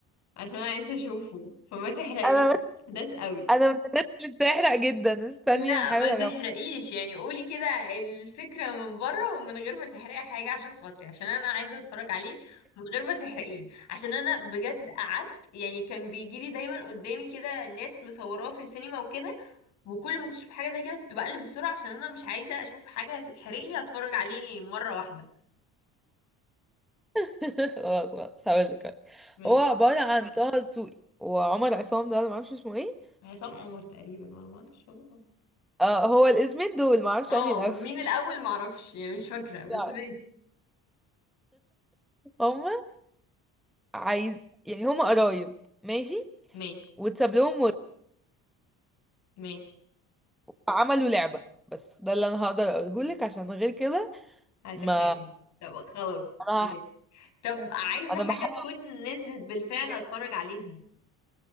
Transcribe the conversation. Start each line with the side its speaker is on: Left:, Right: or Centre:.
Left: عشان عايزة اشوفه فما تحرقلي
Centre: انا
Left: احداث قوي
Centre: انا من الناس اللي بتحرق جدا استني
Left: لا
Centre: هحاول
Left: ما تحرقيش
Centre: اجمع
Left: يعني قولي كده الفكرة من بره ومن غير ما تحرقي حاجة عشان خاطري عشان انا عايزة اتفرج عليه من غير ما تحرقيه عشان انا بجد قعدت يعني كان بيجيلي دايما قدامي كده ناس مصوراه في السينما وكده وكل ما كنت اشوف حاجة زي كده كنت بقلب بسرعة عشان انا مش عايزة اشوف حاجة تتحرق لي اتفرج عليه مرة واحدة
Centre: <laughs> خلاص خلاص هقول لك
Left: ماشي
Centre: هو عبارة عن طه دسوقي وعمر عصام ده انا معرفش اسمه ايه
Left: عصام عمر تقريبا ولا ما اعرفش والله
Centre: آه هو الاسمين دول معرفش
Left: اه
Centre: انهي الاول
Left: مين الاول معرفش يعني مش فاكرة بس
Centre: <laughs>
Left: ماشي
Centre: هما عايز يعني هما قرايب ماشي
Left: ماشي
Centre: واتساب لهم
Left: ماشي
Centre: عملوا لعبة بس ده اللي انا هقدر اقوله لك عشان غير كده
Left: هتحرقيني
Centre: ما
Left: طب خلاص
Centre: انا
Left: ماشي
Centre: هح...
Left: طب عايزة
Centre: انا
Left: حاجة
Centre: بحاول
Left: تكون نزلت بالفعل
Centre: تاني
Left: اتفرج عليها